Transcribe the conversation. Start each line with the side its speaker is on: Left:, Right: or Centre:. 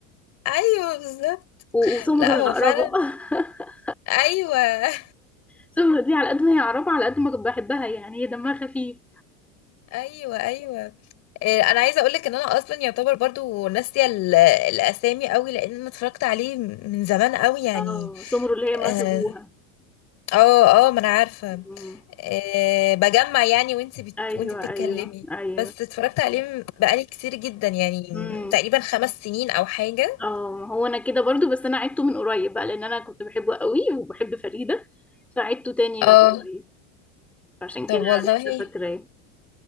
Left: ايوه بالظبط
Centre: و- وسمر
Left: لا
Centre: العقربة
Left: هو فعلا
Centre: <laughs>
Left: ايوه <laughs>
Centre: سمر دي على قد ما هي عقربة على قد ما كنت بحبها يعني هي دمها خفيف
Left: ايوه ايوه آه، انا عايزه اقولك ان انا اصلا يعتبر برضو ناسيه ال- الاسامي قوي لان انا اتفرجت عليه من زمان قوي يعني
Centre: اه سمر اللي هي مرات
Left: اه
Centre: ابوها
Left: اه آه، ما انا عارفه
Centre: أمم.
Left: آه بجمع يعني وانت بت...
Centre: ايوه
Left: وانت بتتكلمي
Centre: ايوه ايوه
Left: بس اتفرجت عليه من- بقالي كتير جدا يعني
Centre: مم.
Left: تقريبا خمس سنين او حاجه
Centre: اه ما هو انا كده برضو بس انا عدته من قريب بقى لان انا كنت بحبه قوي وبحب فريدة فعدته تاني
Left: اه
Centre: من قريب عشان
Left: طب
Centre: كده
Left: والله
Centre: لسه فاكراه